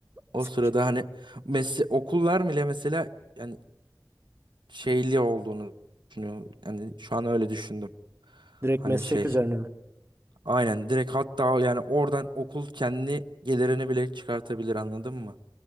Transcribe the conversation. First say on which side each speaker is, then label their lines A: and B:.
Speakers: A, on the right (about 90°); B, on the right (about 30°).
A: O
B: Seç.
A: sırada hani mesle okullar bile mesela yani şeyli olduğunu düşünüyorum. Yani şu an öyle düşündüm.
B: Direkt
A: Hani
B: meslek
A: şey
B: üzerine mi?
A: aynen direkt hatta yani oradan okul kendi gelirini bile çıkartabilir anladın mı?